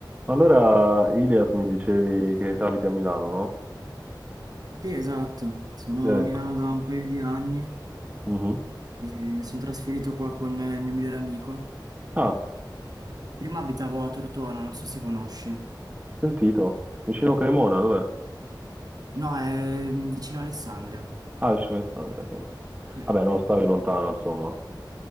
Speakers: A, on the right; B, on the right.
A: Allora, Ilias mi dicevi che abiti a Milano, no?
B: Sì, esatto, sono
A: Ecco.
B: a Milano da un paio di anni
A: Mhm.
B: e mi sono trasferito qua con eh, il mio migliore amico.
A: Ah,
B: Eh, Prima abitavo a Tortona, non so se conosci.
A: sentito. Vicino Cremona, dov'è?
B: No, è mm, vicino a Alessandria.
A: Ah, vicino a Alessandria, sì.
B: Eh,
A: Vabbè, non stavi lontano, insomma.